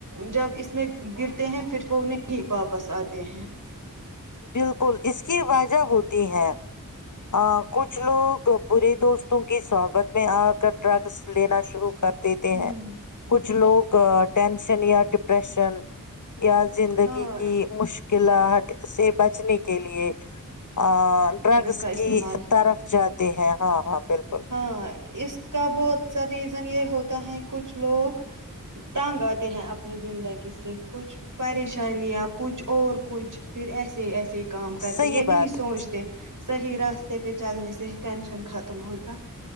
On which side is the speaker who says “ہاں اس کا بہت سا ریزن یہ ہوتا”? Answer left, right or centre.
Right